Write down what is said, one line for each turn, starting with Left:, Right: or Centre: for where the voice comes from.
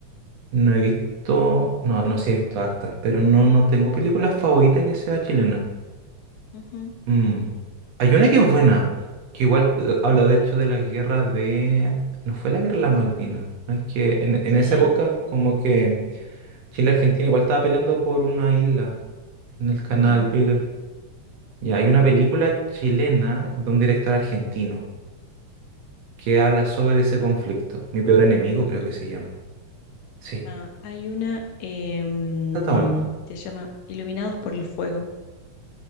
Right: no he visto, no, no sí he visto hartas, pero no, no tengo película favorita que sea chilena.
Left: Ujú,
Right: Mm. Hay una que es buena, que igual eh, habla de hecho de la guerra de... No fue la guerra de las Malvinas, ¿no? Es que en,
Left: Sí.
Right: en esa época como que Chile y Argentina igual estaba peleando por una isla en el canal
Left: ujú.
Right: Beagle. Y hay una película chilena de un director argentino. que habla sobre ese conflicto. Mi peor enemigo, creo que se llama. Sí.
Left: Ah, hay una em,
Right: Está, está bueno.
Left: se llama Iluminados por el Fuego.